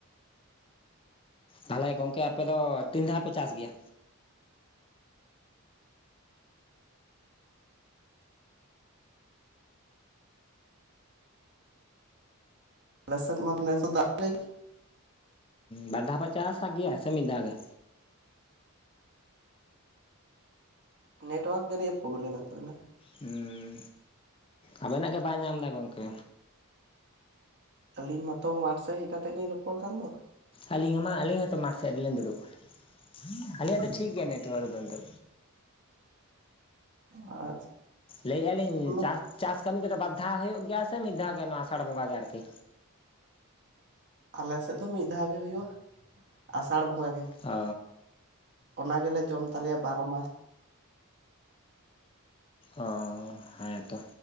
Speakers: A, on the left (about 25°); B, on the right (about 50°).
A: ᱛᱟᱞᱚᱦᱮ ᱜᱚᱝᱠᱮ ᱟᱯᱮ ᱫᱚ ᱛᱤᱱ ᱫᱷᱟᱣ ᱯᱮ ᱪᱟᱥ ᱜᱮᱭᱟ?
B: <unintelligible>
A: ᱵᱟᱨ ᱫᱷᱟᱣᱯᱮ ᱪᱟᱥᱟ ᱜᱮᱭᱟ ᱥᱮ ᱢᱤᱫ ᱫᱷᱟᱣ ᱜᱮ?
B: ᱱᱮᱴᱣᱟᱨᱠ ᱡᱟᱱᱤᱹᱡ ᱮ ᱯᱚᱵᱽᱞᱮᱢ ᱮ ᱛᱟᱵᱮᱱᱟ᱾
A: ᱦᱮᱸ ᱟᱵᱮᱱᱟᱜ ᱜᱮ ᱵᱟᱭ ᱧᱟᱢ ᱮᱫᱟ ᱜᱚᱢᱠᱮ᱾
B: ᱟᱹᱞᱤᱧ ᱢᱟᱛᱚ ᱢᱟᱴᱷ ᱥᱮᱫ ᱦᱮᱡ ᱠᱟᱛᱮᱜ ᱞᱤᱧ ᱨᱚᱯᱚᱲ ᱠᱟᱱ ᱫᱚ
A: ᱟᱹᱞᱤᱧ ᱦᱚᱸ ᱢᱟ ᱟᱹᱞᱤᱧ ᱦᱚᱸᱛᱚ ᱢᱟᱴᱷ ᱥᱮᱫ ᱨᱮᱞᱤᱧ ᱫᱩᱲᱩᱵ ᱠᱟᱱᱟ᱾ ᱟᱹᱞᱤᱧᱟᱜ ᱫᱚ ᱴᱷᱤᱠ ᱜᱮᱭᱟ ᱱᱮᱴᱣᱟᱨᱠ ᱫᱚ
B: ᱟᱨ
A: ᱞᱟᱹᱭᱮᱜᱼᱟ ᱞᱤᱧ
B: ᱩᱱᱟᱹᱜ
A: ᱪᱟᱥ ᱪᱟᱥ ᱠᱟᱹᱢᱤ ᱠᱚᱫᱚ ᱵᱟᱨᱫᱷᱟᱣ ᱦᱩᱭᱩᱜ ᱜᱮᱭᱟ ᱥᱮ ᱢᱤᱫ ᱫᱷᱟᱣ ᱜᱮ ᱱᱚᱣᱟ ᱟᱥᱟᱲ ᱵᱚᱸᱜᱟ ᱜᱮ ᱟᱨᱠᱤ?
B: ᱟᱞᱮᱥᱮᱫ ᱫᱚ ᱢᱤᱫ ᱫᱷᱟᱣ ᱜᱮ ᱦᱩᱭᱩᱜᱼᱟ ᱟᱥᱟᱲ ᱵᱚᱸᱜᱟ ᱜᱮ᱾
A: ᱚ
B: ᱚᱱᱟ ᱜᱮᱞᱮ ᱡᱚᱢ ᱛᱟᱞᱮᱭᱟ ᱵᱟᱨᱚ ᱢᱟᱥ᱾
A: ᱚ ᱦᱮᱸ ᱛᱚ